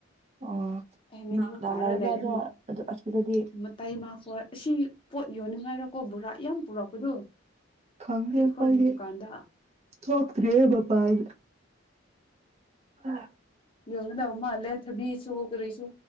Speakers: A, on the right; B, on the left.
A: ꯑꯣ
B: ꯇꯃꯤꯒ
A: ꯀꯅꯥ ꯀꯅꯥ
B: ꯇꯥꯔ
A: ꯂꯩꯕ꯭ꯔꯥ
B: ꯂꯩꯔꯦꯗ
A: ꯑꯗꯣ ꯑꯗꯨ ꯑꯁꯤꯗꯗꯤ
B: ꯃꯇꯥꯏ ꯃꯥ ꯑꯁꯤ ꯄꯣꯠ ꯌꯣꯟꯅꯤꯡꯉꯥꯏꯔꯣꯀꯣ ꯕꯣꯔꯥ ꯌꯥꯝ ꯄꯨꯔꯛꯄꯗꯣ
A: ꯈꯪꯗꯦ
B: ꯏꯇꯤ
A: ꯑꯩꯈꯣꯢꯗꯤ
B: ꯈꯣꯏꯒꯤ ꯗꯨꯀꯥꯟꯗ
A: ꯊꯣꯛꯇ꯭ꯔꯤꯕ ꯃꯄꯥꯟ ꯑꯗꯨ ꯑ
B: ꯌꯣꯟꯗ ꯎꯃꯜꯂꯦ ꯊꯕꯤꯁꯨ ꯀꯔꯤꯁꯨ